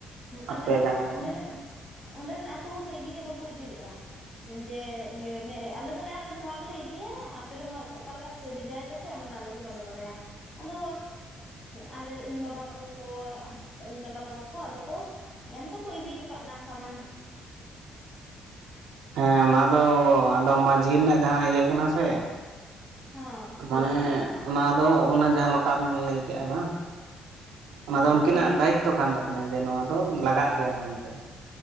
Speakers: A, on the left (about 40°); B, on the right (about 85°).
A: ᱟᱞᱮ
B: ᱟᱯᱮ ᱡᱟᱦᱟᱸᱭ
A: ᱚᱸᱰᱮ ᱨᱮᱱ ᱚᱸᱰᱮ ᱨᱮᱱ ᱟᱛᱳ ᱦᱚᱲ ᱤᱫᱤ ᱜᱮ ᱵᱟᱠᱚ ᱤᱫᱤ ᱞᱮᱜᱼᱟ ᱡᱮ ᱤᱭᱟᱹ ᱱᱚᱸᱜᱚᱭ ᱟᱞᱮ ᱱᱚᱶᱟ ᱜᱮᱞᱮ ᱤᱫᱤᱭᱟ ᱟᱯᱮ ᱫᱚ ᱱᱚᱶᱟ ᱚᱠᱟ ᱞᱮᱠᱟ ᱯᱮ ᱵᱷᱮᱡᱟ ᱟᱭ ᱛᱟᱯᱮ ᱚᱱᱟ ᱫᱚ ᱟᱞᱮ ᱫᱚ ᱵᱟᱞᱮ ᱵᱟᱲᱟᱭᱟ ᱟᱫᱚ ᱟᱞᱮ ᱤᱧ ᱵᱟᱵᱟ ᱛᱟᱠᱚ ᱠᱚ ᱤᱧ ᱠᱟᱠᱟ ᱛᱟᱠᱚ ᱠᱚ ᱟᱫᱚ ᱠᱚ ᱢᱟᱱᱮ ᱠᱚ ᱤᱫᱤ ᱦᱚᱴᱚ ᱠᱟᱜ ᱱᱟ ᱥᱟᱢᱟᱱ <inaudible>
B: ᱦᱮᱸ ᱚᱱᱟ ᱫᱚ ᱟᱫᱚ ᱢᱟᱺᱡᱷᱤ ᱨᱮᱱᱟᱜ ᱡᱟᱦᱟᱸ ᱤᱭᱟᱹ ᱠᱟᱱᱟ ᱥᱮ
A: ᱦᱚᱸ
B: ᱢᱟᱱᱮ ᱚᱱᱟ ᱫᱚ ᱚᱱᱟ ᱡᱟᱦᱟᱸ ᱞᱚᱴᱟᱨᱢ ᱞᱟᱹᱭ ᱠᱮᱜᱼᱟ ᱵᱟᱝ
A: ᱦᱚᱸ
B: ᱚᱱᱟ ᱫᱚ ᱩᱱᱠᱤᱱᱟᱜ ᱫᱟᱭᱤᱛᱛᱚ ᱠᱟᱱ ᱛᱟᱹᱠᱤᱱᱟ ᱡᱮ ᱱᱚᱣᱟ ᱫᱚ ᱞᱟᱜᱟᱜ ᱜᱮᱭᱟ ᱢᱮᱱᱛᱮ